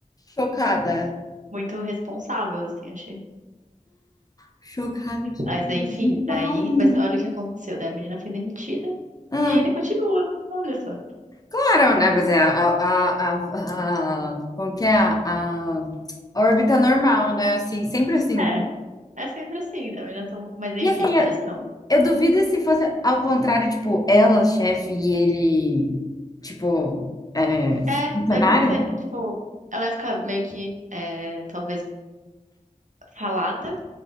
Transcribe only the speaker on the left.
Chocada.
Chocada, chocada
demais.
Ah,
Claro, né? Mas é a, a, a, a, a- como que é? A, a órbita normal, né? Assim, sempre assim.
E assim, eu,
eu duvido se fosse ao contrário, tipo, ela, chefe, e ele, tipo, é,
funcionário?